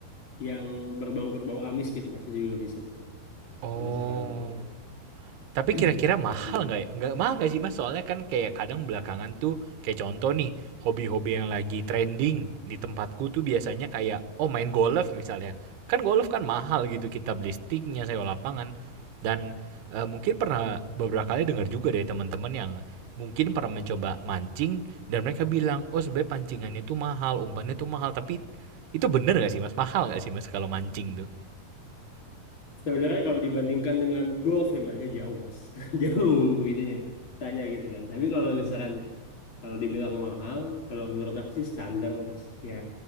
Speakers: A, on the left; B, on the right.
A: yang berbau-berbau amis gitu Mas itu juga bisa tuh.
B: Oh.
A: Kalau misalkan untuk
B: Tapi
A: <clears throat>
B: kira-kira mahal
A: memancing.
B: nggak ya? Nggak mahal nggak sih mas? Soalnya kan kayak kadang belakangan tuh kayak contoh nih hobi-hobi yang lagi trending di tempatku tuh biasanya kayak oh main golf misalnya. Kan golf kan mahal gitu kita beli sticknya sewa lapangan dan eh, mungkin pernah beberapa kali dengar juga dari teman-teman yang mungkin pernah mencoba mancing dan mereka bilang oh sebenarnya pancingannya tuh mahal umpannya tuh mahal tapi itu bener nggak sih mas mahal nggak sih mas kalau mancing tuh
A: Sebenarnya kalau dibandingkan dengan golf ya Mas, ya jauh Mas, <laughs> jauh itunya tanya gitu kan. Tapi kalau misalkan kalau dibilang mahal, kalau menurut aku sih standar lah Mas. Ya